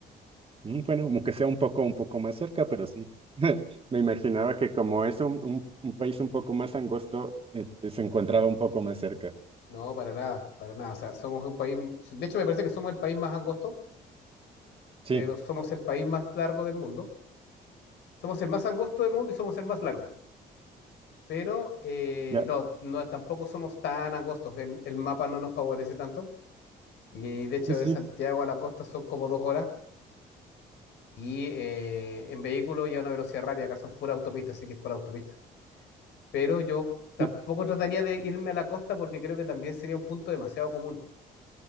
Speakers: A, on the right (about 30°); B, on the left (about 80°).
A: Mm, Bueno, aunque sea un poco, un poco más cerca, pero sí. <laughs> Me imaginaba que como es un, un- un país un poco más angosto, este, se encontraba un poco más cerca.
B: No, para nada, para nada. O sea, somos un país, mu- de hecho me parece que somos el país más angosto
A: Sí,
B: pero somos el país más largo del mundo. Somos el más angosto del mundo y somos el más largo. Pero eh,
A: ya,
B: no, no, tampoco somos tan angostos. El, el mapa no nos favorece tanto. Y de hecho,
A: sí, sí.
B: de Santiago a la costa son como dos horas. Y eh, en vehículo y a una velocidad rápida, acá son pura autopista, así que es por autopista. Pero yo tampoco
A: sí.
B: trataría de irme a la costa porque creo que también sería un punto demasiado común.